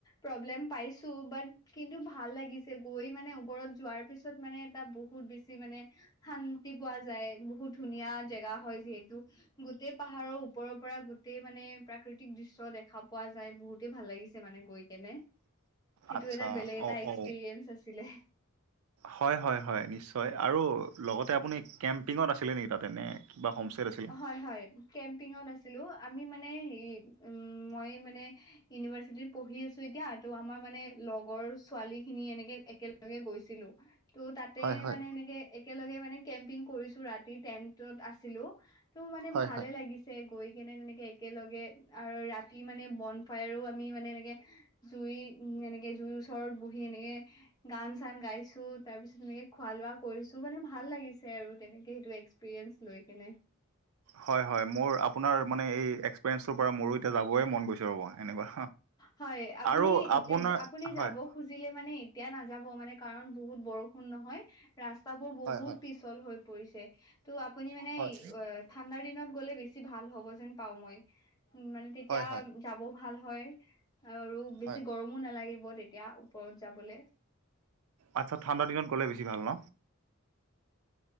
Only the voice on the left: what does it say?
প্ৰব্লেম পাইছো বাট কিন্তু ভাল লাগিছে গৈ মানে ওপৰত যোৱাৰ পিছত মানে এটা বহুত বে বেছি মানে শান্তি পোৱা যায় বহুত ধুনীয়া জেগা হয় যিহেতু গোটেই পাহাৰৰ ওপৰৰ পৰা গোটেই মানে প্ৰাকৃতিক দৃশ্য দেখা পোৱা যায় বহুতেই ভাল লাগিছে মানে গৈ খেনে সেইটো
এটা বেলেগ এটা
এক্সপিৰিয়েঞ্চ
আছিলে
হয় হয় কেম্পিঙত আছিলো আমি মানে হে উ মই মানে ইউনিভাৰ্চিটিত পঢ়ি আছো এতিয়া তো আমাৰ মানে লগৰ ছোৱালী খিনি এনেকে একেলগে গৈছিলো ত' তাতে
মানে এনেকে একেলগে মানে কেম্পিং কৰিছো ৰাতি টেন্টত আছিলো ত মানে
ভালে
লাগিছে গৈ কেনে তেনেকে একেলগে আৰু ৰাতি মানে বন ফায়াৰো আমি মানে এনেকে জুই উ এনেকে জুইৰ ওচৰত বহি এনেকে গান চান গাইছো তাৰ পিছত এনেকে খোৱা লোৱা কৰিছো মানে ভাল লাগিছে আৰু তেনেকে সেইটো এক্সপিৰিয়েন্স লৈ কেনে
হয় আপুনি
এতিয়া
আপুনি
যাব খুজিলে মানে এতিয়া নাযাব মানে কাৰণ বহুত বৰষুণ ন নহয় ৰাস্তাবোৰ বহুত
পিছল হৈ পৰিছে ত' আপুনি মানে
অ ঠাণ্ডাৰ দিনত গ'লে বেছি ভাল হ'ব যেন পাও মই উ মানে তেতিয়া
যাব ভাল হয় আৰু বেছি
গৰমো নালাগিব তেতিয়া ওপৰত যাবলৈ